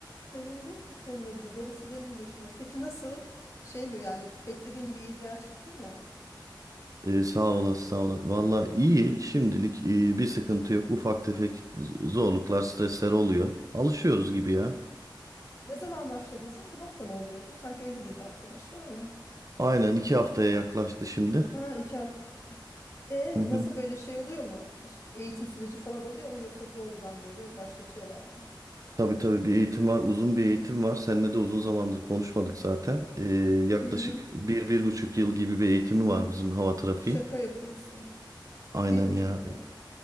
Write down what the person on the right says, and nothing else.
E, sağ olasın sağ olasın. Vallahi iyi şimdilik e, bir sıkıntı yok ufak tefek z- zorluklar stresler oluyor. Alışıyoruz gibi ya.
Aynen iki haftaya yaklaştı şimdi.
<laughs>
Tabii tabii bir eğitim var. Uzun bir eğitim var. Seninle de uzun zamandır konuşmadık zaten. Ee, yaklaşık
bir, bir buçuk yıl gibi bir eğitimi var bizim hava trafiği.
Aynen
ya.
e,